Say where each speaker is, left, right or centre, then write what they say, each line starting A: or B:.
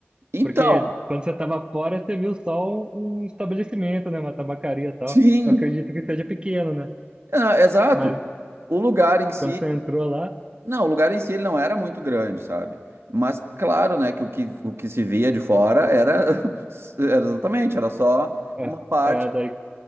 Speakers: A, on the right; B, on the right.
A: Então,
B: Porque quando você tava fora, você viu só um, um estabelecimento, né? Uma tabacaria e tal.
A: <laughs> sim,
B: Eu acredito que seja pequeno, né?
A: é, exato.
B: Mas
A: O lugar em si,
B: quando você entrou lá,
A: não, o lugar em si ele não era muito grande, sabe? Mas claro, né, que o que, o que se via de fora era, <laughs> era exatamente, era só
B: é,
A: uma parte
B: é daí,